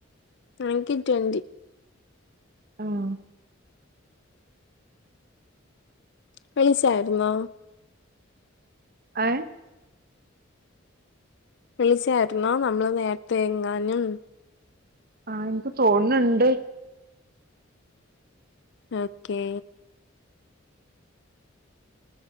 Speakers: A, on the left; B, on the right.
A: ആഹ് എൻക്ക് ട്വന്റി
B: ആഹ്
A: വിളിച്ചായിരുന്നോ
B: <unintelligible>
A: വിളിച്ചാരുന്നോ നമ്മള് നേരത്തെ എങ്ങാനും
B: ആഹ് എൻക്ക് തോന്ന് ന്ന്ണ്ട്
A: ഓക്കേ